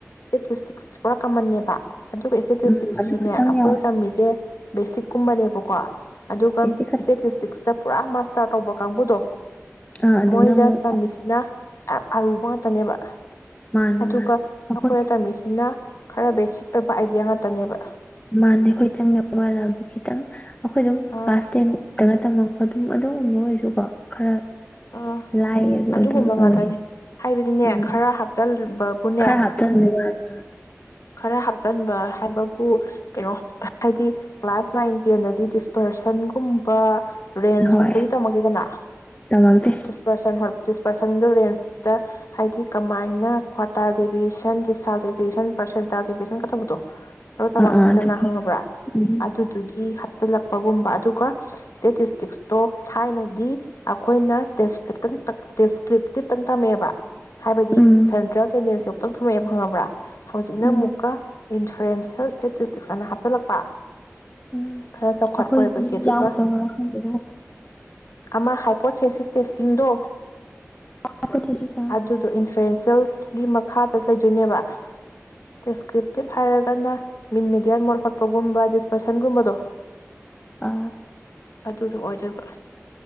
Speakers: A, on the left; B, on the left.
A: <unintelligible> ꯄꯨꯔꯥ ꯀꯃꯟꯅꯦꯕ ꯑꯗꯨꯒ ꯏꯁꯇꯦꯇꯦꯇꯤꯛꯁ
B: ꯎꯝ ꯑꯗꯨ
A: ꯖꯨꯅꯦ
B: ꯈꯇꯪ
A: ꯑꯩꯈꯣꯏꯅ
B: ꯌꯥꯎꯋꯦ
A: ꯇꯝꯃꯤꯖꯦ ꯕꯦꯁꯤꯛꯀꯨꯝꯕꯅꯦꯕꯀꯣ ꯑꯗꯨꯒ
B: ꯕꯦꯁꯤꯛ ꯈꯛꯇꯅꯦ
A: ꯏꯁꯇꯦꯇꯦꯇꯤꯛꯁ ꯇ ꯄꯨꯔꯥ ꯃꯥꯁꯇꯔ ꯇꯧꯕ ꯀꯥꯡꯕꯨꯗꯣ
B: ꯑꯥ ꯑꯗꯨꯅ
A: ꯃꯣꯏꯗ
B: ꯑꯃꯨꯛ
A: ꯇꯝꯃꯤꯁꯤꯅ ꯌꯥꯝ ꯑꯔꯨꯕ ꯉꯥꯛꯇꯅꯦꯕ
B: ꯃꯥꯅꯦ
A: ꯑꯗꯨꯒ
B: ꯃꯥꯅꯦ ꯑꯩꯈꯣꯏ
A: ꯑꯩꯈꯣꯏꯅ ꯇꯝꯃꯤꯁꯤꯅ ꯈꯔ ꯕꯦꯁꯤꯛ ꯑꯣꯏꯕ ꯑꯥꯏꯗꯤꯌꯥ ꯉꯥꯛꯇꯅꯦꯕ
B: ꯃꯥꯅꯦ ꯑꯩꯈꯣꯏ ꯆꯪꯅꯕ ꯀꯂꯥꯕꯨ ꯈꯤꯇꯪ ꯑꯩꯈꯣꯏ ꯑꯗꯨꯝ
A: ꯑꯥ
B: ꯀ꯭ꯂꯥꯁ ꯇꯦꯟꯗꯒ ꯇꯝꯅ ꯑꯗꯨꯝ ꯑꯗꯨꯒꯨꯝꯕ ꯑꯣꯏꯔꯁꯨꯀꯣ ꯈꯔ
A: ꯑꯥ
B: ꯂꯥꯏꯌꯦꯕ
A: ꯑꯗꯨꯒꯨꯝꯕ
B: ꯑꯗꯨꯝ
A: ꯉꯥꯛꯇꯅꯤ
B: ꯑꯣꯏꯌꯦ
A: ꯍꯥꯏꯕꯗꯤꯅꯦ
B: ꯎꯝ
A: ꯈꯔ ꯍꯥꯞꯆꯤꯟꯕꯕꯨꯅꯦ
B: ꯈꯔ ꯍꯥꯞꯆꯟꯕꯩ ꯋꯅꯦꯕ
A: ꯈꯔ ꯍꯥꯞꯆꯟꯕ ꯍꯥꯏꯕꯕꯨ ꯀꯩꯅꯣ ꯍꯥꯏꯗꯤ ꯀ꯭ꯂꯥꯁ ꯅꯥꯏꯟ ꯇꯦꯟꯗꯗꯤ ꯗꯤꯁꯄꯔꯁꯟꯒꯨꯝꯕ ꯔꯦꯟꯖ
B: ꯍꯣꯏ
A: ꯍꯣꯠꯄꯒꯤ ꯇꯝꯃꯛꯇꯦꯗꯅ
B: ꯇꯝꯃꯛꯇꯦ
A: ꯇꯤꯁ ꯄꯥꯔꯁꯟ ꯍꯣꯠ ꯗꯤꯁꯄꯔꯁꯟꯗꫭ ꯔꯦꯟꯖꯇ ꯍꯥꯏꯗꯤ ꯀꯃꯥꯏꯅ ꯀ꯭ꯋꯥꯇꯥ ꯗꯦꯕꯤꯌꯦꯁꯟ ꯗꯤꯁꯥ ꯗꯦꯕꯤꯌꯦꯁꯟ ꯄꯔꯁꯦꯟ ꯄꯔꯁꯦꯟ ꯀꯕꯗꯣ ꯑꯗꯨ ꯇꯃꯛꯇꯦꯗꯅ
B: ꯑꯥ ꯑꯥ ꯑꯗꯨ
A: ꯈꯪꯉꯕ꯭ꯔꯥ
B: ꯎꯝ
A: ꯑꯗꯨꯗꯨꯒꯤ ꯁꯤꯜꯂꯛꯄꯒꯨꯝꯕ ꯑꯗꯨꯒ ꯁꯇꯦꯇꯤꯁꯇꯤꯛꯁꯇꯣ ꯊꯥꯏꯅꯗꯤ ꯑꯩꯈꯣꯏꯅꯦ ꯗꯦꯁꯀ꯭ꯔꯤꯞꯇꯪ ꯗꯦꯁꯀ꯭ꯔꯤꯞꯇꯤꯞꯇꯪ ꯇꯝꯃꯛꯑꯦꯕ ꯍꯥꯏꯕꯗꯤ
B: ꯎꯝ
A: ꯁꯦꯟꯇ꯭ꯔꯦꯜ <unintelligible> ꯈꯤꯇꯪ ꯊꯝꯃꯥꯛ ꯑꯦꯕ ꯈꯪꯉꯕ꯭ꯔꯥ ꯍꯧꯖꯤꯛꯅ
B: ꯎꯝ
A: ꯑꯃꯨꯛꯀ ꯏꯟꯐ꯭ꯂ꯭ꯔꯦꯟꯁꯦꯜ ꯏꯁꯇꯦꯇꯤꯁꯇꯤꯛꯁ ꯑꯅ ꯍꯥꯞꯆꯤꯜꯂꯛꯄ
B: ꯎꯝ
A: ꯈꯔ ꯆꯥꯎꯈꯠꯄ
B: ꯑꯩꯈꯣꯏꯗꯤ
A: ꯑꯣꯏꯕꯒꯤ ꯑꯗꯨꯒ
B: ꯌꯥꯎꯗꯕ꯭ꯔꯥ ꯈꯪꯗꯦ ꯑꯗꯨ
A: ꯑꯃ ꯍꯥꯏꯄꯣꯁꯦꯁꯤꯁ ꯇꯦꯁꯇꯤꯡꯗꯣ
B: ꯑꯩꯈꯣꯏꯗꯁꯨ ꯑꯥ
A: ꯑꯗꯨꯗꯣ <unintelligible> ꯒꯤ ꯃꯈꯥꯗ ꯂꯩꯗꯣꯏꯅꯦꯕ ꯗꯤꯁꯀ꯭ꯔꯤꯞꯇꯤꯚ ꯍꯥꯏꯔꯒꯅ ꯃꯤꯟ ꯃꯦꯗꯤꯌꯥꯟ ꯃꯣꯠ ꯍꯣꯠꯄꯒꯨꯝꯕ ꯗꯤꯁꯄꯔꯁꯟꯒꯨꯝꯕꯗꯣ
B: ꯑ
A: ꯑꯗꯨꯗꯣ ꯑꯣꯏꯗꯣꯏꯕ꯫